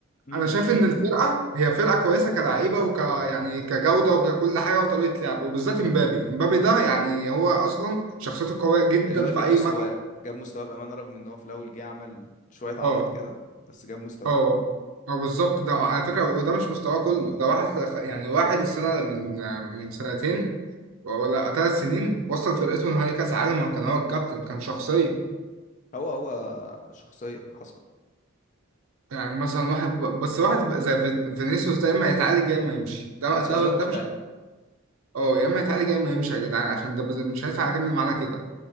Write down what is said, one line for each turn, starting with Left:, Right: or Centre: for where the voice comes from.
Left: امم
Right: أنا شايف إن الفرقة هي فرقة كويسة كلعيبة وك يعني كجودة وككل حاجة وطريقة لعب وبالذات إمبابي إمبابي ده يعني هو أصلا شخصيته قوية جدا
Left: الواد
Right: في
Left: جاب
Right: أي
Left: استواء
Right: ملعب
Left: جاب مستواه بامانه رغم ان هو في الاول جه عمل شويه عبط
Right: اه
Left: كده بس جاب مستواه
Right: اه اه بالظبط ده على فكرة وده مش مستواه كله ده واحد خ- يعني واحد السنة من من سنتين ولا ثلاث سنين وصل فرقته نهائي كأس عالم هو كان هو الكابتن كان شخصية
Left: هو هو شخصيه حصل
Right: يعني مثلا واحد ب- بس واحد زي فين- فينيسيوس ده يا اما يتعالج يا اما يمشي ده
Left: فينيسيوس
Right: ده
Left: ده
Right: ده
Left: مختل
Right: مش اه يا اما يتعالج يا اما يمشي يا جدعان عشان ده بز- مش هينفع اكمل معانا كده